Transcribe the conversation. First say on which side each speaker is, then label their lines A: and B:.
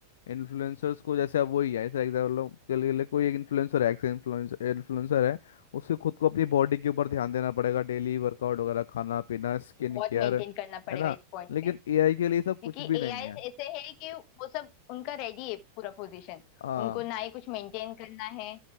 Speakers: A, on the left; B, on the left.
A: इन्फ्लुएंसर्स को जैसे अब वही है जैसे एग्जाम्पल के लिए लिए कोई एक इन्फ्लुएंसर है एक्स इन्फ्लुएंसर इन्फ्लुएंसर है उससे खुद को अपनी बॉडी के ऊपर ध्यान देना पड़ेगा डेली वर्कआउट वगैरह खाना पीना स्किन
B: बहुत
A: केयर
B: मेंटेन करना पड़ेगा
A: है ना
B: इस पॉइंट
A: लेकिन
B: पे
A: एआई के लिए
B: क्योंकि
A: सब कुछ भी नहीं
B: एआई
A: है
B: ऐसे है कि वो सब उनका रेडी है पूरा पोजीशन
A: हाँ
B: उनको ना ही कुछ मेंटेन करना है